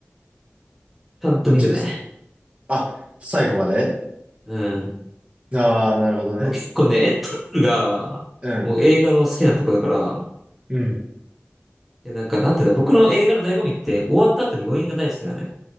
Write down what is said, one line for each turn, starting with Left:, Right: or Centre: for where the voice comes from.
Centre: ちゃんと見るね。
Right: どっちですかあ、最後まで
Centre: うん。
Right: ああー、なるほどね。
Centre: 僕結構ね、エンドロールが、
Right: うん。
Centre: もう映画の好きなとこだから、
Right: うん。
Centre: で、なんか、なんていうんだ、僕の映画の醍醐味って、終わった後に余韻が大好きなのよ。